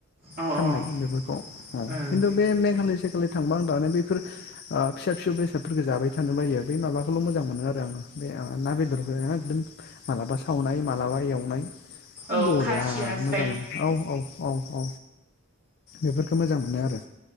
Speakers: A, on the right; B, on the left.
A: औ औ
B: फाननाय
A: औ
B: बेफोरखौ सानैसो
A: ओं
B: खालि थांब आं दानो बेफोर फिसा फिसौ बेसादफोरखौ जाबाय थानो बायो बेै माबाखौल' मोजां मोनो आरो। आरो आंङो बे ना बेदरखौ एकदम माबलाबा सावनाय मालाबा एवनाय
A: औ
B: बरिया
A: खासियास
B: मोजां मोनो औ औ औ औ बेफोरखौ मोजां मोनो आरो।